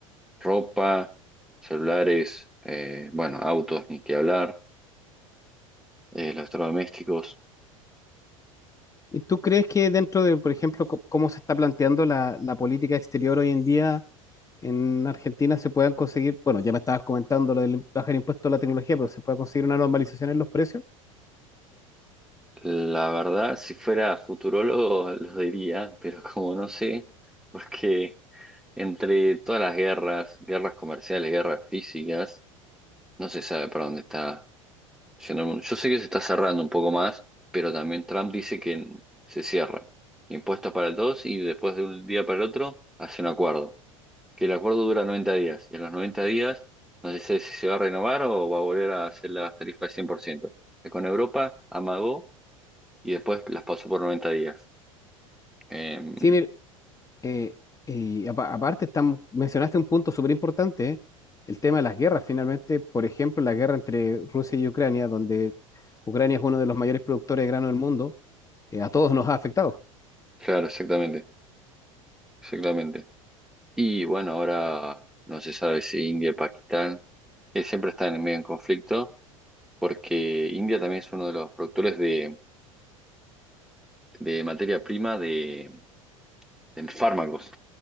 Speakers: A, in the centre; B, on the left (about 20°).
A: Ropa, celulares, eh, bueno, autos, ni que hablar, eh, electrodomésticos.
B: ¿Y tú crees que dentro de, por ejemplo, co- cómo se está planteando la, la política exterior hoy en día? en Argentina se puedan conseguir, bueno, ya me estabas comentando lo del bajar el impuesto a la tecnología, pero se puede conseguir una normalización en los precios.
A: La verdad, si fuera futurólogo, <laughs> lo diría, pero como no sé, porque entre todas las guerras, guerras comerciales, guerras físicas, no se sabe para dónde está Siendo- un- yo sé que se está cerrando un poco más, pero también Trump dice que se cierra. Impuestos para el 2 y después de un día para el otro hace un acuerdo. Que el acuerdo dura 90 días. Y en los 90 días no se sabe si se va a renovar o va a volver a hacer las tarifas 100%. Que Con Europa amagó y después las pasó por noventa días. Em,
B: Sí, mir- eh, y apa- aparte estamos, mencionaste un punto súper importante, ¿eh? el tema de las guerras. Finalmente, por ejemplo, la guerra entre Rusia y Ucrania, donde Ucrania es uno de los mayores productores de grano del mundo, eh, a todos nos ha afectado.
A: claro, exactamente. Exactamente. Y bueno, ahora no se sabe si India y Pakistán eh, siempre están en medio en conflicto, porque India también es uno de los productores de, de materia prima de, de fármacos.